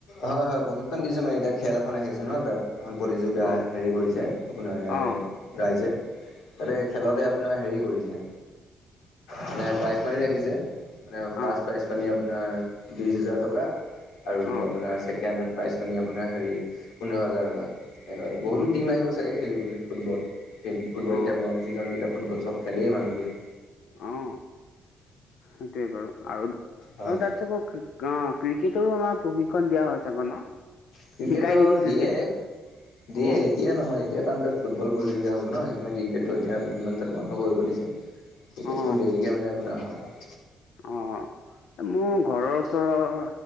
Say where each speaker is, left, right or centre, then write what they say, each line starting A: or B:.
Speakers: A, on the left; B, on the left.
A: হয় হয় প্ৰশিক্ষন দিছো মানে এতিয়া খেল এখন আহি আছে ন তাত এখন প্ৰতিযোগিতা
B: অ',
A: হেৰি কৰিছে। আপোনাৰ ইয়াৰে
B: অ',
A: ৰাইজে তাতে খেলতে আপোনাৰ হেৰি কৰিলে। মানে প্ৰাইজ মানি ৰাখিছে। মানে ফাষ্ট
B: অ',
A: প্ৰাইজ মানী আপোনাৰ বিশ হাজাৰ টকা আৰু
B: অ',
A: আহ ছেকেণ্ড প্ৰাইজ মানী আপোনাৰ হেৰি পোন্ধৰ হাজাৰ টকা বহুতো টিম আহিব চাগে। খেলিবলৈ ফুটবল সেই ফুটবল এতিয়া
B: অ',
A: গৰম ছিজন যেতিয়া ফুটবল চব খেলেই মানুহবোৰে।
B: অ' সেইটোৱে বাৰু আৰু আৰু
A: হয়
B: তাত অ' ক্ৰিকেটৰো আমাৰ প্ৰশিক্ষণ দিয়া হয় চাগে ন।
A: ক্ৰিকেটৰ
B: শিকাই নেকি ক্ৰিকেট
A: দিয়ে, দিয়ে।
B: অ
A: এতিয়া নহয় এতিয়া কাৰণ তাত ফুটবল প্ৰতিযোগিতা হ'ব ন সেইকাৰণে ক্ৰিকেটটো এতিয়া বন্ধ কৰিব দিছে। ক্ৰিকেটটো
B: অ
A: দেৰিকে মানে আপোনাৰ হয়।
B: অ' মোৰ ঘৰৰ ওচৰৰ